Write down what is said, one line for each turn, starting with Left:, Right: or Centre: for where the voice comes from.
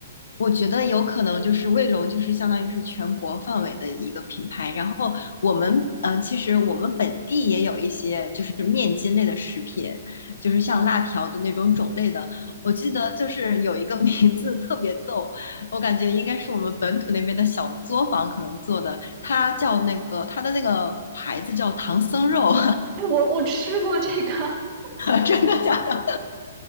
Left: 我觉得有可能就是卫龙，就是相当于是全国范围的一个品牌。然后我们，嗯、其实我们本地也有一些就是面筋类的食品，就是像辣条的那种种类的。我记得就是有一个 <laughs> 名字特别逗，我感觉应该是我们本土那边的小作坊可能做的，它叫那个它的那个牌子叫唐僧肉，
Right: 哎，我我吃过这个，<laughs>
Left: <laughs> 真的假的？